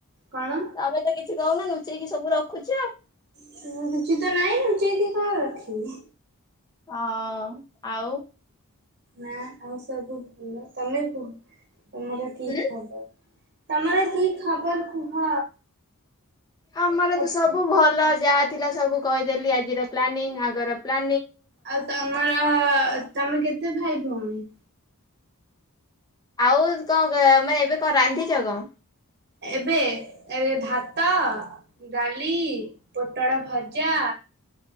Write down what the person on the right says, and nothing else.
କଣ
ତ ରୁଚି ତ ନାଇଁ ନୁଚେଇକି କଣ ରଖିବି?
ନାଁ ଆଉ ସବୁ ଭଲ ତମେ କୁହ ତମର କି
ଖବର। ତମର କି ଖବର କୁହ।
ଆଉ
ଆଉ ତମର ତମେ କେତେ ଭାଇ ଭଉଣୀ?
ଏବେ ଏବେ ଭାତ, ଡାଲି ପୋଟଳ ଭଜା